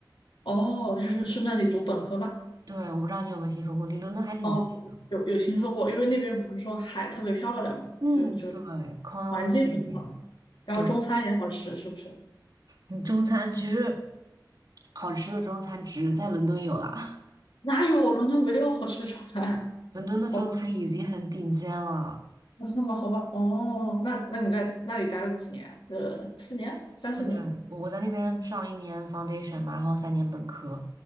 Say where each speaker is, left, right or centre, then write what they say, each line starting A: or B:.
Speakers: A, on the left; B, on the right.
A: 哦，就是是那里读本科吗？
B: 对，我不知道你有没有听说过，离伦敦还挺近的。
A: 哦，有有听说过，因为那边不是说海特别漂亮嘛，
B: 嗯，
A: 就就
B: 对，Cornwall
A: 环境很好，
B: 那边，
A: 然后中餐也好吃，
B: 对，
A: 是不是？
B: 嗯中餐其实好吃的中餐只在伦敦有啦，
A: 哪有伦敦没有好吃的中餐？
B: <laughs> 伦敦的中餐已经很顶尖了。
A: <laughs> 好吧，那是吗？好吧，哦，那那你在那里待了几年啊呃，四年，三四年。
B: 对，我在那边上了一年 foundation 嘛，然后三年本科。